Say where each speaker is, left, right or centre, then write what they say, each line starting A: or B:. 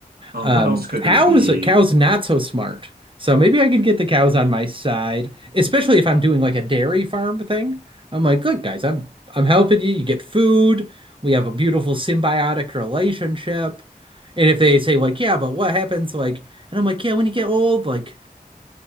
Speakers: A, on the right; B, on the right.
A: Um,
B: Um,
A: what else could
B: cows,
A: there be?
B: cows not so smart. So maybe I could get the cows on my side, especially if I'm doing like a dairy farm thing. I'm like, look, guys, I'm I'm helping you. You get food. We have a beautiful symbiotic relationship. And if they say like, yeah, but what happens like, and I'm like, yeah, when you get old, like